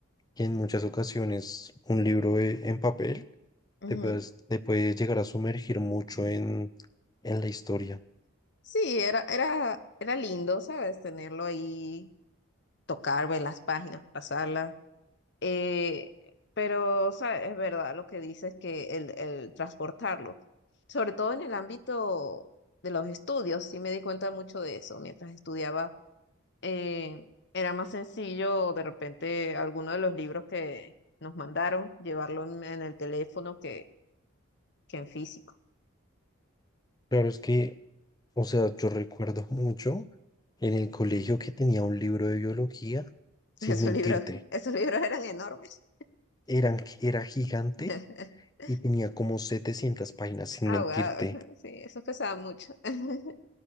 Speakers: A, on the left; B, on the left.
A: que en muchas ocasiones un libro eh, en papel
B: Ujú.
A: te puedes, te puedes llegar a sumergir mucho en, en la historia.
B: Sí, era, era, era lindo, ¿sabes? Tenerlo ahí, tocar, ver las páginas, pasarlas. Eh, pero, ¿sabes? Es verdad lo que dices que el, el transportarlo, sobre todo en el ámbito de los estudios, sí me di cuenta mucho de eso mientras estudiaba eh, era más sencillo de repente alguno de los libros que nos mandaron llevarlo en, en el teléfono que, que en físico.
A: Claro, es que, o sea, yo recuerdo mucho en el colegio que tenía un libro de biología,
B: <laughs>
A: sin
B: Esos
A: mentirte,
B: libros, esos libros eran enormes.
A: eran, era gigante
B: <laughs>
A: y tenía como 700 páginas, sin
B: Ah,
A: mentirte.
B: wow, <laughs> sí, eso pesaba mucho. <laughs>